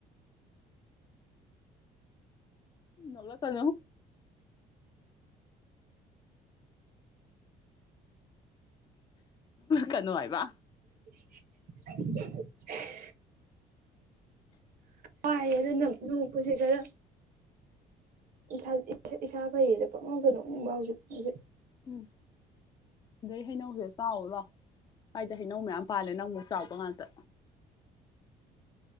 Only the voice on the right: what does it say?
<unintelligible> ꯍꯥꯏꯥꯏ ꯑꯗꯨꯗ ꯅꯣꯛꯄꯁꯦ ꯈꯔ ꯏꯁ ꯏꯁꯥ ꯐꯩꯗ ꯄꯪꯅꯧꯗꯅꯅꯤꯡꯕ ꯍꯧꯖꯤꯛ ꯍꯧꯖꯤꯛ